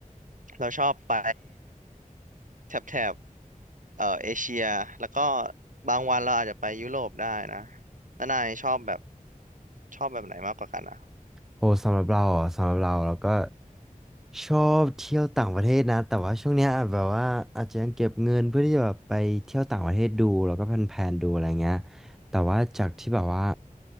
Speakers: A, on the right (about 65°); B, in the centre.
A: เราชอบไปแถบแถบเอ่อเอเชียแล้วก็บางวันเราอาจจะไปยุโรปได้นะแล้วนายชอบแบบชอบแบบไหนมากกว่ากันอ่ะ
B: โอ้สำหรับเราอ่ะสำหรับเราเราก็ชอบเที่ยวต่างประเทศนะแต่ว่าช่วงเนี้ยอาจแบบว่าอาจจะยังเก็บเงินเพื่อที่จะแบบไปเที่ยวต่างประเทศดูแล้วก็แพลนๆดูอะไรเงี้ยแต่ว่าจากที่แบบว่า